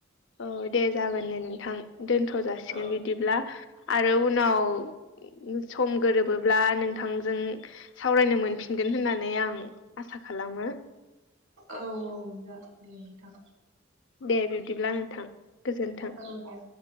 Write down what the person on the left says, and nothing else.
औ दे जागोन दे नोंथां दोनथ जासिगोन
बिदिब्ला आरो उनाव सम गोरोबोब्ला नोंथांजों सावरायनो मोनफिनगोन होननानै आं आसा खालामो।
दे बिब्दिब्ला नोंथां गोजोन्थों।